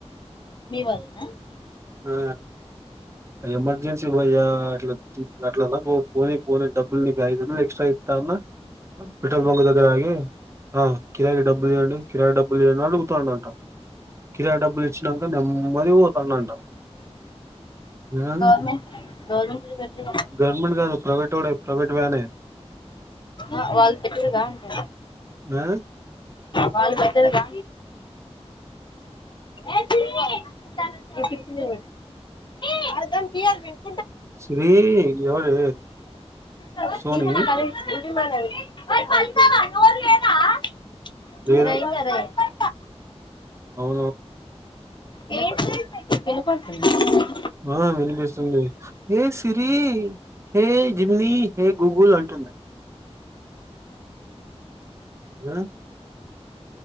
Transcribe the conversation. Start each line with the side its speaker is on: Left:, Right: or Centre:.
Left: మీ వాళ్ళేనా
Right: ఆ ఆ ఎమర్జెన్సీ పోయ్యా అట్లా అట్ పోని పోని డబ్బుల్ని ఐదువందలు ఎక్సట్రా ఇస్తా, అన్న పెట్రోల్ బంక్ దగ్గర ఆగి ఆ కిరాయి డబ్బులు ఇయండి, కిరాయికి డబ్బులు తీయండి అడుగుతాండంట కిరాయి డబ్బులు ఇచ్చినాక నెమ్మదిగా పోతాడంట ఆ
Left: గవర్నమెంట్ గవర్నమెంట్ పెట్టలేదా
Right: గవర్నమెంట్ కాదు ప్రైవే ట్ ప్రవేట్ వానే
Left: ఆ వాళ్ళు పెట్టరుగా అంటే
Right: ఆ
Left: వాళ్ళు పెట్టరుగా అంటున్న <unintelligible>
Right: శ్రీ ఎవరు
Left: <unintelligible>
Right: సోని
Left: <unintelligible>
Right: లేదు ఆ
Left: వినపడుతుందా
Right: ఆ వినిపిస్తుంది. ఏ సిరి ఏ జిమ్లీ, ఏ గూగుల్ అంటుంది. ఆ